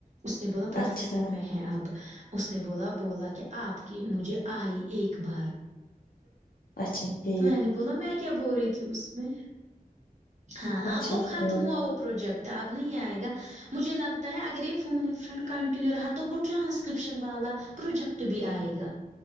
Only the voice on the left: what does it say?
اچھا
اچھا ٹھ
اچھا
ٹھیک